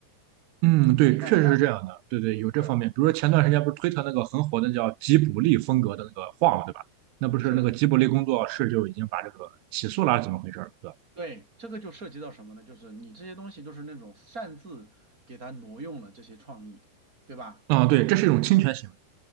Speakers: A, on the right; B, on the right.
A: 嗯，对，
B: 你看它
A: 确实是这样的。对对，有这方面。
B: 是
A: 比如说前段时间不是推特那个很火的叫吉卜力风格的那个画嘛，对吧？那不是那个吉卜力工作室就已经把这个起诉了，
B: 是
A: 还是怎么回事儿？对吧？
B: 对，这个就涉及到什么呢？就是你这些东西都是那种擅自给它挪用了这些创意，对吧？
A: 啊，对，这是一种侵权行为。